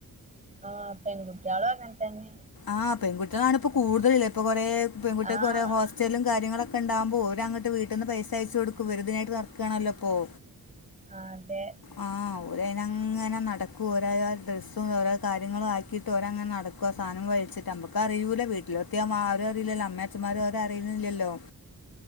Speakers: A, on the right; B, on the left.
A: ആഹ് പെൺകുട്ട്യാളും അങ്ങനെത്തെന്നെ
B: ആ പെൺകുട്ടികളാണിപ്പൊ കൂടുതലില്ലെ ഇപ്പം കൊറേ പെൺകുട്ടികൾക്ക്
A: ആഹ്
B: കുറേ ഹോസ്റ്റലും കാര്യങ്ങളൊക്കെ ഉണ്ടാവുമ്പോ ഓരങ്ങട്ട് വീട്ടിന്ന് പൈസ അയച്ച് കൊടുക്കും ഇവര് ഇതിനായിട്ട് നടക്കാണല്ലോ ഇപ്പോൾ
A: ആ തെ
B: ആഹ് ഓരയിനങ്ങനെ നടക്കും ഓരയാധി ഡ്രസ്സും ഓരോ കാര്യങ്ങളും ആക്കി ഓര അങ്ങനെ നടക്കും ആ സാധനം വലിച്ചിട്ട് ക്ക് അറിയൂല വീട്ടിലോ എത്തിയാ ആരും അറില്ലല്ലോ അമ്മിയാച്ഛന്മാരും ഓര് അറിയുന്നില്ലല്ലോ